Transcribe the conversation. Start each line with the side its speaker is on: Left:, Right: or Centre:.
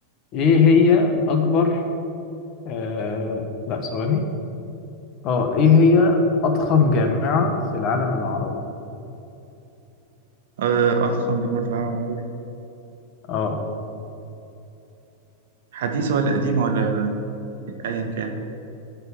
Left: إيه هي أكبر آه... لا ثواني اه إيه هي أضخم جامعة في العالم العربي؟
Right: آه، أضخم جامعة في العالم
Left: اه
Right: حديثة ولا قديمة ولا أيا كان